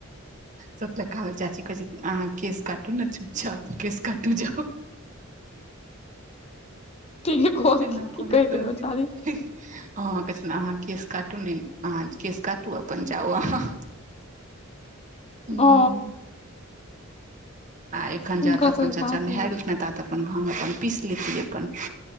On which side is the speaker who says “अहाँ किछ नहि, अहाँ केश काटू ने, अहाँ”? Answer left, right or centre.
Right